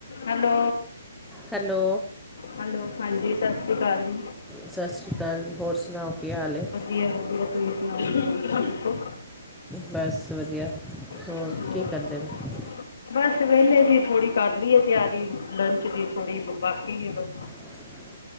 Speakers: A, on the left; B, in the centre.
A: Hello.
B: Hello
A: hello, ਹਾਂਜੀ ਸਤਿ ਸ਼੍ਰੀ ਅਕਾਲ ਜੀ।
B: ਸਤਿ ਸ਼੍ਰੀ ਅਕਾਲ ਜੀ ਹੋਰ ਸੁਣਾਓ ਕੀ ਹਾਲ ਹੈ
A: ਵਧੀਆ, ਵਧੀਆ ਤੁਸੀ ਸੁਣਾਓ
B: ਬਸ ਵਧੀਆ।
A: ਹ <unintelligible> <unintelligible>
B: ਹੋਰ ਕੀ ਕਰਦੇ ਪਏ?
A: ਬਸ ਵਿਹਲੇ ਸੀ ਥੋੜ੍ਹੀ ਕਰ ਲਈਏ ਤਿਆਰੀ ਲੰਚ ਦੀ ਥੋੜੀ ਬਾਕੀ ਹੈ ਬਸ
B: ਹ <unintelligible> <unintelligible>